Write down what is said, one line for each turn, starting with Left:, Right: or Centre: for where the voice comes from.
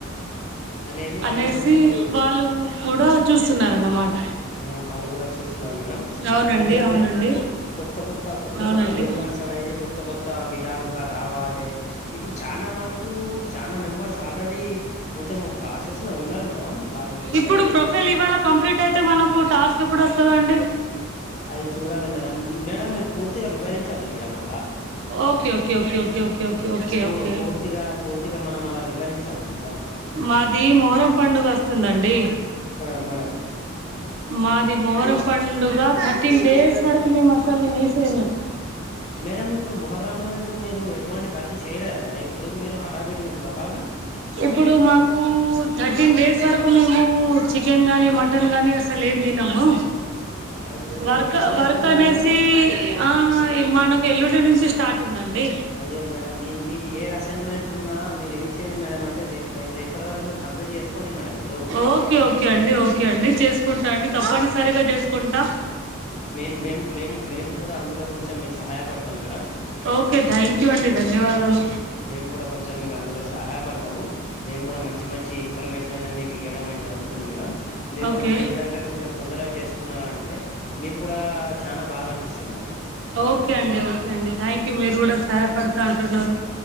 Left: అనేది
Right: అనేసి
Left: వాళ్ళు కొంచెం
Right: వాళ్ళు కూడా చూస్తున్నారు అన్నమాట.
Left: ఆ వాళ్ళు కూడా చూస్తున్నారు మేడమ్
Right: అవునండి
Left: అయితే ఏంటిదంటే
Right: అవునండి
Left: కొత్త కొత్త కొత్త
Right: అవునండి
Left: కొత్త మెంబెర్స్ అనేది కొత్త కొత్త విధాలు రావాలి ఇప్పుడు చాలా మటుకు చాలా మెంబర్స్ ఆల్రెడీ కొంచెం ప్రాసెస్ లో ఉన్నారు మేడమ్. వాళ్ళు ఏంటిదంటే
Right: ఇప్పుడు ప్రొఫైల్ ఇవాళ కంప్లీట్ అయితే మనకు టాస్క్ ఎప్పుడు వస్తదండి
Left: అయి చూడాలి మేడమ్. మేడమ్ మీరు పూర్తిగా వివరించవద్దు మేడమ్ అలా
Right: okay okay okay okay okay okay okay
Left: పూ
Right: ఓకే
Left: పూర్తిగా పూర్తిగా మనం అలా వివరించద్దు మేడమ్
Right: మాది మొహరం పండుగ వస్తుందండి.
Left: ఆ మేడం
Right: మాది మొహరం పండుగ థర్టీన్ డేస్ వరకు మేము అసలు నీస్ తినం.
Left: మేడం, ఇప్పుడు మొహర్ర లో ఇప్పుడు మీరు ఎటువంటి వర్క్ చేయలేరా మేడం? ఇప్పుడిక మీరు హడావిడి ఉంటారా బాగా
Right: ఇప్పుడు మాకు థర్టీన్ డేస్ వరకు మేము చికెన్ చికెన్ గానీ మటన్ కాగానీ అసలు ఏం తినము.
Left: <inaudible>
Right: వర్క్
Left: ఎప్పుడు
Right: వర్క్
Left: వస్తున్నది
Right: అనేసి
Left: మేడం
Right: ఆ మనకు ఎల్లుండి నుంచి స్టార్ట్ ఉందండి
Left: అయ్యో మేడం మీ మీది ఏ అసైన్మెంట్లు ఉన్నా మీరు ఏం చేయండి మేడం అంటే రేపు రేపటి వరకు మీరు కంప్లీట్ చేసుకోండి మేడం మీరు
Right: ఓకే ఓకే అండి ఓకే అండి చే చేసుకుంటా అండి తప్పనిసరిగా చేసుకుంటా.
Left: మే మేము మేము మేము కూడా అందులో కొంచెం మీకు సహాయపడతాం మేడం.
Right: ఓకే థ్యాంక్ యూ అండి ధన్యవాదాలు
Left: మేము కూడా కొంచెం మీకు అందులో సహాయపడతాము. మేము కూడా మంచి మంచి ఇన్ఫర్మేషన్ అనేది మీకు ఇవ్వడం అని జరుగుతుంది మేడం. మీరు
Right: ఓకే
Left: కొంచెం ఏంటిదంటే కొంచెం తొందరగా చేసుకున్నారా అంటే మీకు కూడా చానా బాగా అనిపిస్తాది మేడం.
Right: ఓకే అండి ఓకే అండి థ్యాంక్ యు మీరు కూడా సహాయపడతా అంటున్నారు.